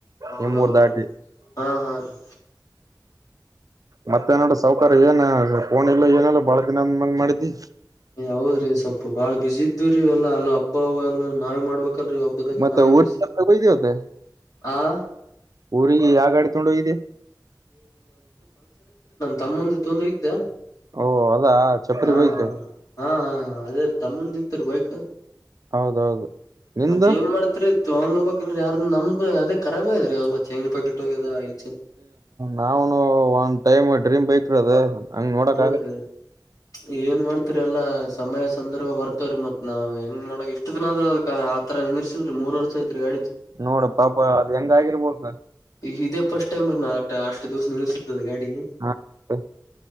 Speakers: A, on the left; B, on the right.
A: ಹೌದೌದ್ರೀ
B: ನಿಮ್ಮೂರ್ ದಾಟಿ
A: ಹಾ ಹಾ ರೀ
B: ಮತ್ತೆ ನೋಡ್ರ ಸೌಕಾರ ಏನೋ ಇ ಏನಲ್ಲ ಬಾಳ ದಿನ ಅಂದ ಮೇಾಲ ಮಾಡಿದ್ದಿ
A: ಹೌದ್ರೀ ಸೊಪ್ಪು ಬಾಳ ಬಿಸಿ ಇದು ರೀ ಎಲ್ಲ ಅ ಹಬ್ಬ ಎಲ್ಲ ನಾವೇ ಮಾಡ್ಬೇಕ ಲ್ ರ ಆಬದಾಗ
B: ಮತ್ತೆ
A: ನಾ
B: ಊರಿಗೆ
A: ಕುಸ
B: ಹೋಗಿದಿ ಇವತ್ತ
A: ಆಾ
B: ಊರಿಗೆ ಯಾವ ಅಡಿ ತೊಂಡು ಹೋಗದೆ
A: ತಮ್ಮಂದೆ ತೊಂದ ಇ್ದಾ
B: ಓ ಅದಾ ಚಪ್ರಿ
A: ಹ ಹ
B: ಬೈಕ್
A: ಹ ಹ ಹ ಅದೇ ತಮ್ಮಂದ ಇತ್ರಿ ಬೈಕ್
B: ಹೌದೌದು ನಿಂದ
A: ಮತ್ತ ಏನ್ ಮಾಡ್ತರಿ ಇತ್ತು ಒಂದೋಗ ಯಾರ ನಮ್ದ ಅ ರಬ ಅದ್ರೀ ಅವಲ್ಲ ಚೈನ್ ಪಾಕಿಟ್ ಹೋಗದ ಇಲ್ಚ
B: ನಾವನು ಒನ್ ಟೈಮ್ ಡ್ರೀಮ್ ಬೈಕ್ ಇರೋದು ಹಂಗ್ ನೋಡಕ್
A: ಹೌದ್ರಿ
B: ಆಗ
A: ಏನ್ ಮಾಡ್ತರಿ ಎಲ್ಲಾ ಸಮಯ ಸಂದರ್ಭ ಬರ್ತವ್ರೀ ಮತ್ ನಾವ್ ಹೆಂಗ್ ಮಾಡ ಇಷ್ಟ ದಿನ ಆದ್ರ ಅದ ತರ ನಿರ್ಸಲ್ ಮೂರು ವರ್ಷದ ತಿರುಗಾ
B: ನೋಡ ಪಾಪ ಅದು ಹೆಂಗ ಆಗಿರ್ಬೋದು
A: ಈ ಇದೇ ಪಫಸ್ಟ್ ಟೈಮ್ ರ ನಾ ಅಷ್ಟ ದಿವಸ ನಿರ್ಸಿದ್ದ ಗಾಡಿಗೆ
B: ನೆನ್ಸ್ಕೊಂಡ್ರ